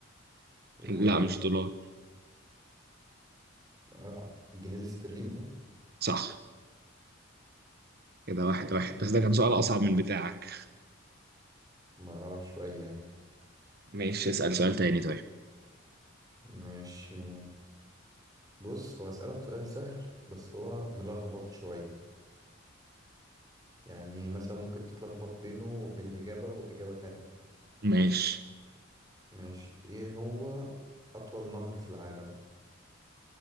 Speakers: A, on the right; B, on the right.
A: و
B: لا مش دولار
A: اه الجنيه الاسترليني صح؟
B: صح كده واحد واحد
A: ماشي
B: بس ده
A: يا عم
B: كان سؤال
A: خلاص
B: أصعب
A: اهو
B: من بتاعك
A: ما اه شوية يعني
B: ماشي اسأل سؤال تاني طيب
A: ماشي بص هو اسألك سؤال سهل بس هو ملخبط شوية يعني مثلا ممكن تتلخبط بينه وبين الإجابة وإجابة تانية
B: ماشي
A: ماشي إيه هو أطول نهر في العالم